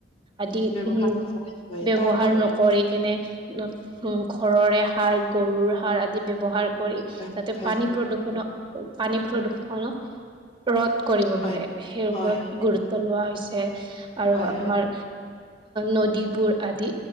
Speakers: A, on the right; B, on the left.
A: আদি
B: ব্যৱহাৰ
A: উম'ব্যৱহাৰ
B: নকৰে হয়, তাৰ বাবে
A: নকৰি কেনে উম 'ঘৰৰে সাৰ গৰুৰ সাৰ আদি ব্যৱহাৰ কৰি
B: হয়,
A: যাতে
B: হয়,
A: পানী প্ৰদূৰ্ষণক পানী প্ৰদূৰ্ষনক ৰোধ কৰিব
B: হয়,
A: পাৰে। সেই ওপৰত
B: হয়, হয়,
A: গুৰুত্ব লোৱা হৈছে, আৰু
B: হয়,
A: আমাৰ
B: হয়।
A: নদীবোৰ আদি